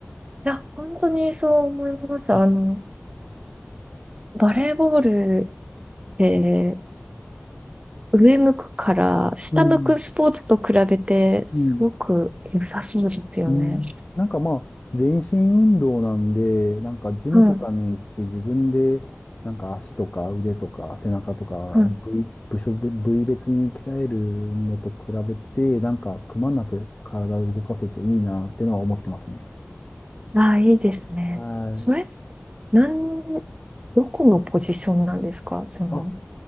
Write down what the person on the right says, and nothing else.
や、本当にそう思います。
あの、バレーボールって、上向くから下向くスポーツと比べてすごく良さそうですよね。
うん、
うん。
ああ、いいですね。
それ、なん、どこのポジションなんですかその、